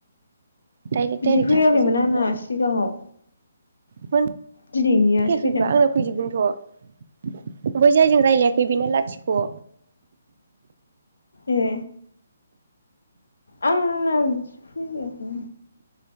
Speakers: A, on the right (about 55°); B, on the left (about 85°).
A: डाइरेक्ट
B: बिदि
A: डाइरेक्ट
B: फैयाखैमोन
A: थाहैजोबखाबाय
B: आंना सिगाङाव
A: मोन
B: दिनैनियासो
A: फैयाखैबा
B: फैदों
A: आंना फैजोबदोंथ बै जायजों रायज्लायाखै बेना लाथिख
B: ए आंना बिदि फैयाखै